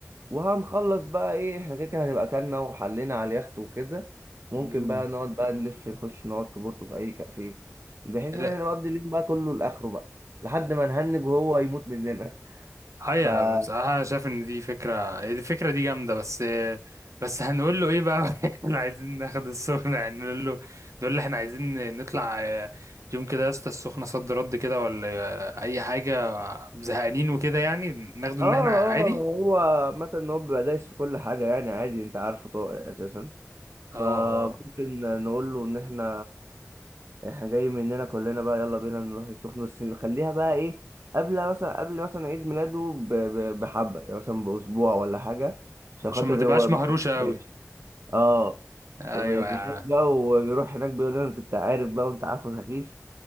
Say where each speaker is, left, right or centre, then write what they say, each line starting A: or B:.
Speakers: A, on the right; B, on the right.
A: وهنخلص بقى ايه احنا كده كده هنبقى اكلنا وحلينا على اليخت وكده ممكن
B: مم.
A: بقى نقعد بقى نلف نخش نقعد في بورتو في اي كافيه بحيث
B: لا
A: ان احنا نقضي اليوم بقى كله لاخره بقى لحد ما نهنج وهو يموت مننا
B: هيا
A: ف اه
B: بصراحة أنا شايف إن دي فكرة هي دي الفكرة دي جامدة بس بس هنقول له إيه بقى <laughs> إحنا عايزين ناخد السخنة يعني نقول له نقول له إحنا عايزين نطلع يوم كده يا اسطى السخنة صد رد كده ولا أي حاجة زهقانين وكده يعني ناخده
A: اه
B: إن إحنا عادي
A: هو عامة ان هو بيبقى دايس في كل حاجة يعني عادي انت عارفه طاقة اساسا فممكن
B: اه اه
A: نقول له ان احنا احنا جاي مننا كلنا بقى يلا بينا نروح السخنة بس نخليها بقى ايه قبل مثلا قبل مثلا عيد ميلاده ب- ب- بحبة يعني مثلا بأسبوع ولا حاجة عشان
B: عشان
A: خاطر
B: ما تبقاش
A: هو ما
B: مهروشة
A: يفشاش
B: قوي
A: اه
B: ايوه
A: عشان ما يفشاش
B: يا عم
A: بقى ويروح هناك بيقول لنا أنا كنت عارف بقى وانت عارفه سخيف